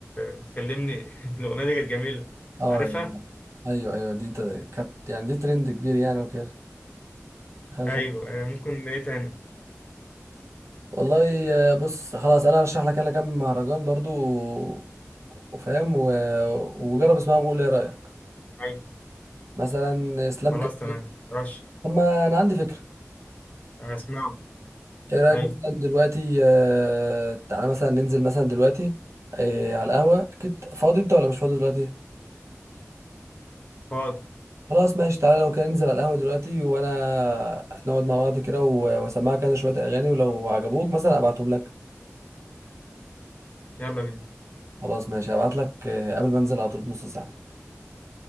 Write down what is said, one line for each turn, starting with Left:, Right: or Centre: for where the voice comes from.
Left: بتكلمني <laughs> الأغنية دي كانت جميلة
Right: اه
Left: عارفها؟
Right: يعني ايوه ايوه دي ت- كانت يعني دي ترند كبير يعني وكده خلاص
Left: أيوه آه، ممكن إيه تاني؟
Right: والله آه، بص خلاص انا هرشح لك انا كام مهرجان برضو و- وفاهم و... وجرب اسمعهم وقول لي ايه رايك
Left: أيوه
Right: مثلا اسلام
Left: خلاص
Right: كان
Left: تمام رش
Right: طب ما انا عندي فكره
Left: آه، أسمعه
Right: ايه رايك
Left: أيوه
Right: مثلا دلوقتي آه، تعالى مثلا ننزل مثلا دلوقتي آه، على القهوه اكيد فاضي انت ولا مش فاضي دلوقتي
Left: فاضي
Right: خلاص ماشي تعالى لو كان ننزل على القهوه دلوقتي وانا نقعد مع بعض كده و- واسمعك كذا شويه اغاني ولو عجبوك مثلا ابعتهم لك
Left: يلا بينا
Right: خلاص ماشي ابعت لك آه، قبل ما انزل على طول بنص ساعه